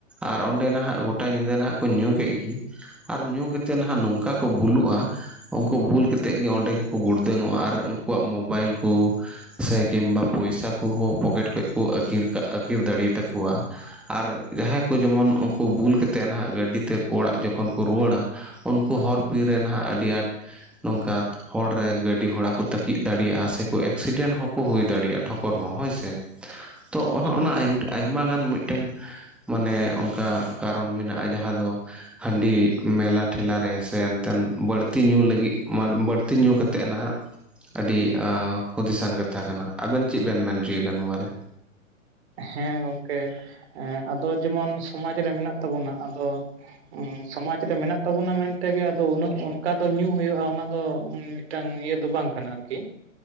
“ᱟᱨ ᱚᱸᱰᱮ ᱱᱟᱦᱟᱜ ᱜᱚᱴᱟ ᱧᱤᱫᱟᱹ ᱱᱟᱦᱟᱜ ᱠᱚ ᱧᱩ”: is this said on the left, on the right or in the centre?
Centre